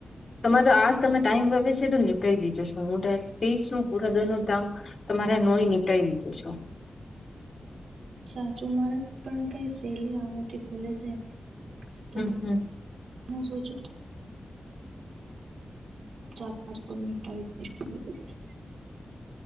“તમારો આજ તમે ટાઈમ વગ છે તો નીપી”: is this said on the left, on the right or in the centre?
Left